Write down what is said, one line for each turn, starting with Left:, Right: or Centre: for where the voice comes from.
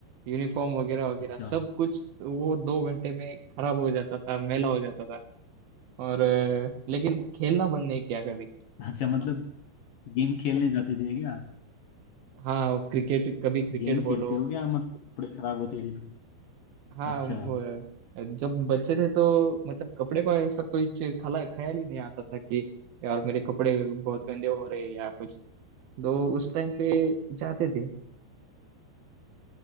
Right: यूनिफॉर्म वगैरह वगैरह
Left: अच्छा
Right: सब कुछ वो दो घंटे में खराब हो जाता था मैला हो जाता था और अ, लेकिन खेलना बंद नहीं किया कभी
Left: अच्छा मतलब गेम खेलने जाते थे क्या
Right: हाँ क्रिकेट कभी क्रिकेट
Left: गेम खेलते
Right: बोलो
Left: हो क्या मतलब कपड़े खराब होते थे तो
Right: हाँ
Left: अच्छा
Right: वो, जब बच्चे थे तो मतलब कपड़े को ऐसा कुछ खला ख्याल ही नहीं आता था कि यार मेरे कपड़े बहुत गंदे हो रहे हैं या कुछ तो उस टाइम पे जाते थे